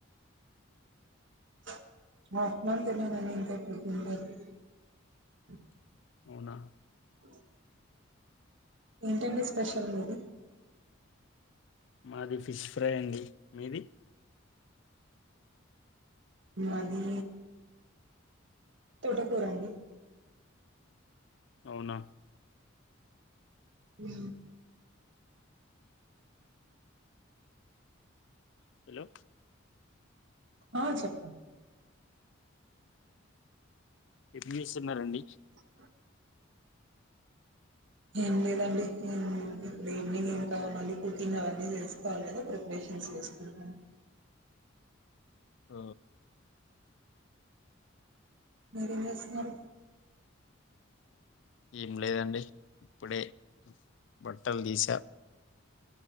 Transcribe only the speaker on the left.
అవునా
మాది ఫిష్ ఫ్రై అండి మీది
అవునా
హలో
ఎట్ చేస్తున్నారండి
ఆ
ఏం లేదండి ఇప్పుడే బట్టల్ దీ సా